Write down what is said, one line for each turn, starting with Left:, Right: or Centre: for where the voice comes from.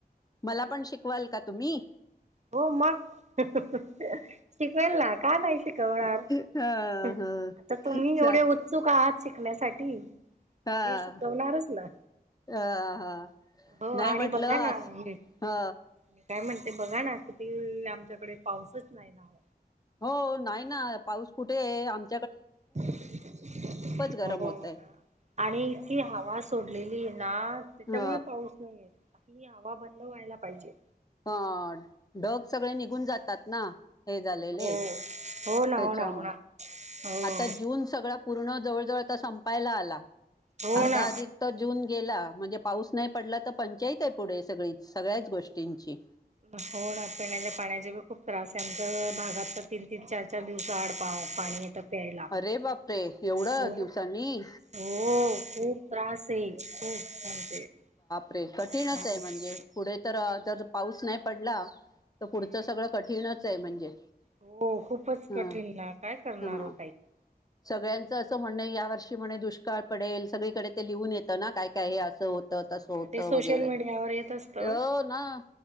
Left: मला पण शिकवाल का,? तुम्ही.
Right: हो, मग शिकवेल ना? का नाही शिकवणार?
Left: ह
Right: आता
Left: ह
Right: तुम्ही एवढे
Left: चा
Right: उत्सुक आहात. शिकण्यासाठी,
Left: हा
Right: मी शिकवणारच ना?
Left: अ हा
Right: हो
Left: नाही
Right: आणि
Left: महटलं
Right: बघा ना
Left: आज
Right: हे
Left: हो.
Right: मी काय म्हणते बघा ना आमच्याकडे पाऊसच नाही ना ओ.
Left: हो, नाही ना? पाऊस कुठे आम
Right: <unintelligible>
Left: गरम होतय
Right: आणि इतकी हवा सोडलेली ना त्याच्यामुळे
Left: ह
Right: पाऊस नाहीये. ही हवा बंद व्हायला पाहिजे!.
Left: <unintelligible> पण ढग सगळे निघून जातात ना. हे झालेले
Right: हो, हो ना
Left: त्याच्यामुळे,
Right: हो ना हो ना हो
Left: आता जून सगळं पूर्ण, जवळजवळ त संपायला आला.
Right: हो
Left: अर्धा
Right: ना
Left: अधिक तर, जून गेला. म्हणजे, पाऊस नाही पडला तर पंचाईते. पुढे सगळी सगळ्याच गोष्टींची.
Right: हो ना पिण्याच्या पाण्याचा पण खूप त्रास आहे आमच्या भागात तीन तीन चार चार दिवसां आड पाणी येतं. प्यायला,
Left: अरे बापरे एवढं
Right: हो
Left: दिवसांनी
Right: हो खूप त्रासे. खूप. <inaudible>
Left: रे कठीणचये
Right: हो
Left: म्हणजे? पुढे तर
Right: कठीण
Left: जर पाऊस नाही पडला त पुढचं
Right: हम्म.
Left: सगळं कठीणच चे म्हणजे?
Right: हो. खूपच
Left: ह
Right: कठीण ना काय करणार
Left: ह
Right: हो ताई?
Left: सगळ्यांचं असं म्हणये. या वर्षी म्हणे दुष्काळ पडेल सगळीकडे ते लिहून येतं ना काय काय हे असं होत तस
Right: हा,
Left: होत
Right: ते
Left: वगैरे
Right: सोशल मीडियावर येत असतं
Left: हो ना